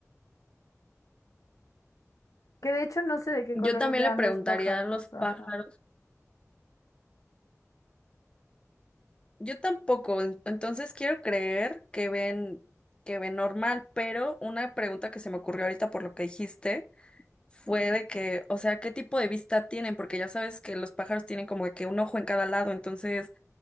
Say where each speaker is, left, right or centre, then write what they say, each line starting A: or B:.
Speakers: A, on the left (about 85°); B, on the left (about 20°).
A: Que de hecho no sé de qué
B: Yo
A: color
B: también
A: vean
B: le preguntaría
A: los pájaros.
B: a los pájaros.
A: Ajá.
B: Yo tampoco, en- entonces quiero creer que ven, que ven normal, pero una pregunta que se me ocurrió ahorita por lo que dijiste fue de que, o sea, ¿qué tipo de vista tienen? Porque ya sabes que los pájaros tienen como de que un ojo en cada lado, entonces